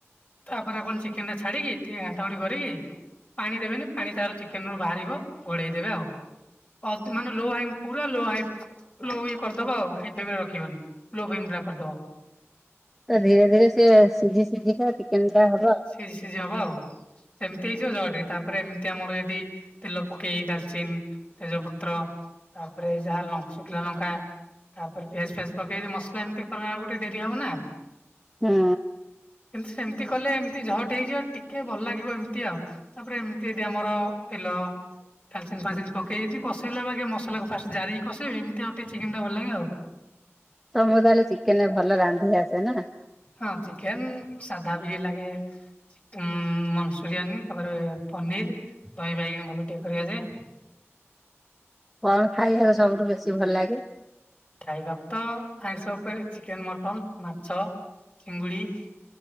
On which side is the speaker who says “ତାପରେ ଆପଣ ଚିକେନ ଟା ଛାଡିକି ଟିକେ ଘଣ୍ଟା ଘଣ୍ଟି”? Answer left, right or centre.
Left